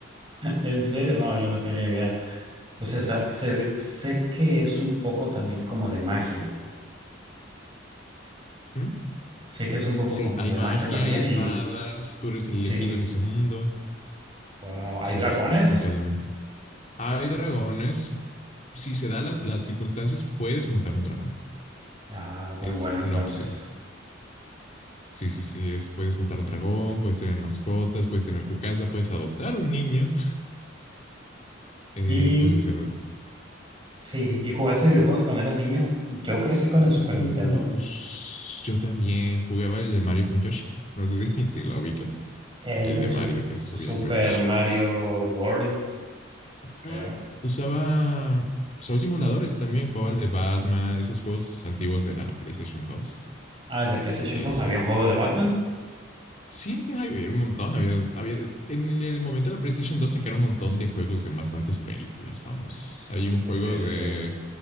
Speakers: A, on the right (about 25°); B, on the left (about 35°).
A: ¿En serio? No, yo no tenía idea. O sea, sa- se ve- sé que es un poco también como de magia.
B: sea,
A: Sé que es un poco
B: Sí,
A: como
B: hay
A: de
B: magia,
A: magia también
B: hay espadas,
A: y
B: tú eres
A: sí,
B: el elegido en ese mundo.
A: wow, ¿hay
B: Sí,
A: dragones?
B: sí, sí, totalmente. Hay dragones, si se dan la- las circunstancias, puedes montar un dragón.
A: Ah, muy
B: Es
A: bueno
B: una
A: entonces.
B: opción. Sí, sí, sí, es, puedes montar un dragón, puedes tener mascotas, puedes tener tu casa, puedes adoptar un niño, eh,
A: Y
B: puedes hacer...
A: sí, ¿y jugaste videojuegos cuando eras niño? Yo crecí con el Super
B: Uh,
A: Nintendo,
B: s- yo también jugaba el de Mario con Yoshi. No sé si, <laughs> si lo ubicas.
A: el
B: El
A: de
B: de
A: Su-
B: Mario que se subía
A: Super
B: a Yoshi
A: Mario World, creo.
B: Ah. Usaba, usaba simuladores también, jugaba el de Batman, esos juegos antiguos de la PlayStation 2.
A: Ah, el de PlayStation
B: Eh,
A: dos. había un juego de Batman.
B: sí, había un montón, había, había- en el momento de la PlayStation 2 sacaron un montón de juegos de bastantes películas famosas.
A: Sí,
B: Hay un juego
A: es
B: de,
A: cierto.